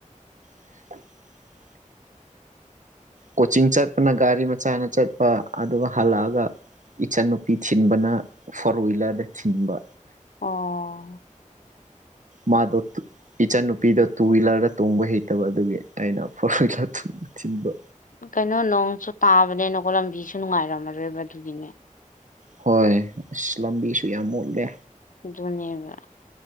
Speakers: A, on the right (about 70°); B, on the left (about 75°).
A: <unintelligible> ꯀꯣꯆꯤꯡ ꯆꯠꯄꯅ ꯒꯥꯔꯤ ꯃꯆꯥꯅ ꯆꯠꯄ ꯑꯗꯨꯒ ꯍꯜꯂꯛꯑꯒ ꯏꯆꯟꯅꯨꯄꯤ ꯊꯤꯟꯕꯅ ꯐꯣꯔ ꯋꯤꯂꯔꯗ ꯊꯤꯟꯕ
B: ꯑꯣ
A: ꯃꯥꯗꯣ ꯇꯨꯠ ꯏꯆꯟꯅꯨꯄꯤꯗꯣ ꯇꯨ ꯋꯤꯂꯔꯗ ꯇꯣꯡꯕ ꯍꯩꯇꯕ ꯑꯗꯨꯒꯤ ꯑꯩꯅ ꯐꯣꯔ ꯋꯤꯂꯔ ꯇꯨ ꯊꯤꯟꯕ
B: ꯀꯩꯅꯣ ꯅꯣꯡꯁꯨ ꯇꯥꯕꯅꯦꯅ ꯀꯣ ꯂꯝꯕꯤꯁꯨ ꯅꯨꯡꯉꯥꯏꯔꯝꯃꯔꯣꯏꯕ ꯑꯗꯨꯒꯤꯅꯦ
A: ꯍꯣꯏ ꯑꯁ ꯂꯝꯕꯤꯁꯨ ꯌꯥꯝ ꯃꯣꯠꯂꯦ
B: ꯗꯨꯅꯦꯕ